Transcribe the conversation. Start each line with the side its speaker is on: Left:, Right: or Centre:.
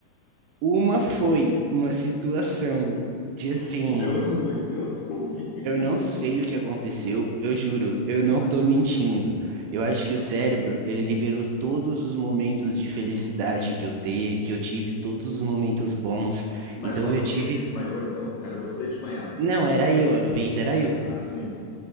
Right: Uma foi uma situação de assim,
Left: Deu ruim, deu ruim. <laughs>
Right: eu não sei o que aconteceu, eu juro, eu não tô mentindo. Eu acho que o cérebro, ele liberou todos os momentos de felicidade que eu te, que eu tive, todos os momentos bons.
Left: Mas
Right: Então
Left: foi
Right: eu
Left: você
Right: tive,
Left: que desmaiou, então? Era você desmaiado?
Right: não, era eu, a vez era eu,
Left: Ah, sim.